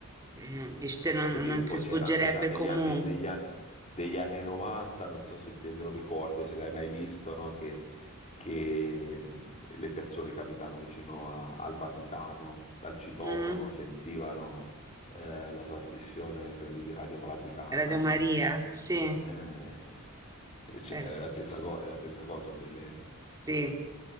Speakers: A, on the right; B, on the left.
A: mm, dici te non,
B: Devo dire,
A: non
B: poi
A: si
B: c'era
A: sfuggerebbe
B: anche già negli
A: comunque.
B: anni, negli anni, degli anni 90, non so se te lo ricordo, se l'hai mai visto, no? che, che mh, le persone che abitano vicino a- al Vaticano, dal citofono,
A: Mm,
B: sentivano eh, la trasmissione, quella lì di Radio Vaticana.
A: Radio Maria, sì.
B: Eh, <laughs> cioè,
A: eh.
B: è la stessa cosa, è la stessa cosa, sono delle...
A: Sì,